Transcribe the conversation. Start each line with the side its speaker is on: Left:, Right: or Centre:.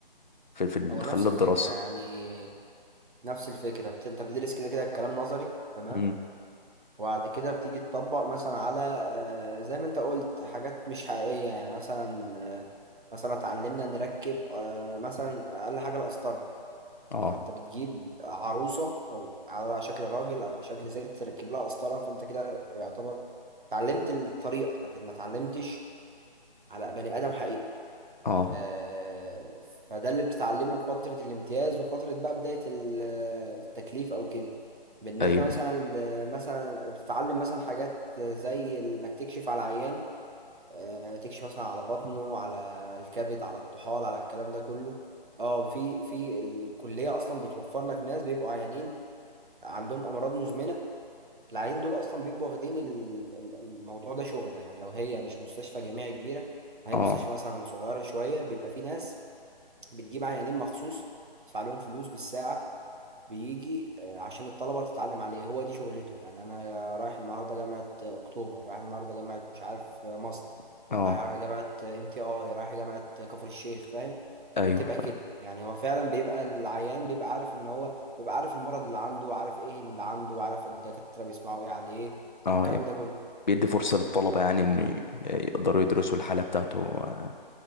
Left: في, في ال-
Right: هو
Left: خلال
Right: نفس
Left: الدراسة
Right: الفكرة يعني نفس الفكرة بت... انت بتدرس كده كده الكلام نظري تمام
Left: امم
Right: وبعد كده بتيجي تطبق مثلا على آه، زي ما انت قلت حاجات مش حقيقية يعني مثلا آه، مثلا اتعلمنا نركب آه، مثلا أقل حاجة القسطرة
Left: اه
Right: فانت بتجيب عروسة او على شكل راجل او على شكل ست تركب لها قسطرة فانت كده يعتبر اتعلمت الطريقة لكن ما اتعلمتش على بني آدم حقيقي
Left: اه
Right: آه، فده اللي بتتعلمه في فترة الامتياز وفترة بقى بداية ال- التكليف أو كده بالنسبة
Left: ايوه
Right: مثلا ل- مثلا بتتعلم مثلا حاجات زي إنك تكشف على عيان آه، تكشف مثلا على بطنه على الكبد على الطحال على الكلام ده كله اه في في الكلية أصلا بتوفر لك ناس بيبقوا عيانين عندهم أمراض مزمنة العيانين دول أصلا بيبقوا واخدين ال- ال- الموضوع ده شغل يعني لو هي مش مستشفى جامعي كبيرة هي
Left: اه
Right: مستشفى مثلا صغيرة شوية بيبقى في ناس بتجيب عيانين مخصوص تدفع لهم فلوس بالساعة بيجي آه، عشان الطلبة تتعلم عليه هو دي شغلته يعني أنا رايح النهاردة جامعة آه، أكتوبر رايح النهاردة جامعة مش عارف آه، ماست
Left: اه
Right: رايح جامعة ام تي اي رايح جامعة آه، كفر الشيخ فاهم
Left: ايوه
Right: فبتبقى
Left: فاهم
Right: كده يعني هو فعلا بيبقى العيان بيبقى عارف ان هو بيبقى عارف المرض اللي عنده عارف ايه اللي عنده عارف الدكاترة بيسمعوا ايه عليه
Left: اه
Right: والكلام ده كله
Left: بيدي فرصة للطلبة يعني ان ي- يقدروا يدرسوا الحالة بتاعته آه،